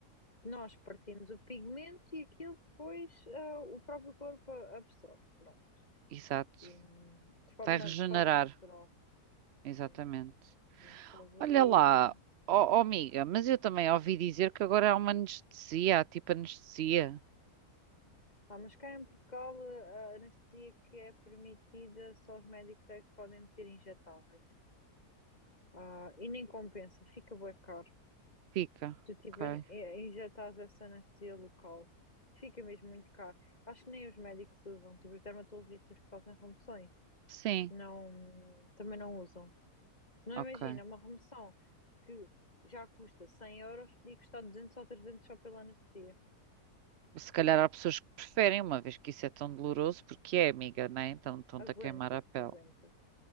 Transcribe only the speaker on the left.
Porque nós partimos o pigmento e aquilo depois ah, o próprio corpo a- absorve, pronto.
E, hum, de forma,
de forma natural,
sim. A gente faz ali.
hum.
Ah, mas cá em Portugal a a anestesia que é permitida, só os médicos é que podem meter injetáveis. Ah, e nem compensa, fica bué caro.
Tu tipo
in- injetas essa anestesia local. Fica mesmo muito caro. Acho que nem os médicos usam, tipo os dermatologistas que fazem remoções,
não, também não usam. Se não
imagina, uma remoção que já custa 100 euros, podia custar duzentos ou trezentos só pela anestesia.
Aguenta-se,
aguenta-se.